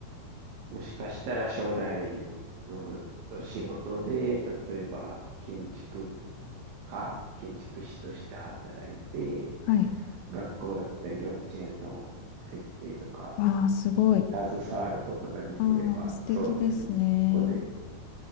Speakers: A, on the right (about 70°); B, on the left (about 80°).
A: もしかしたら将来の仕事で、例えば建築家、建築士として働いて、
B: はい。
A: 学校だったり幼稚園の設計とか、
B: わあ、すごい。
A: 携わることができれば、
B: ああ、素敵ですね。
A: そうですね。そこで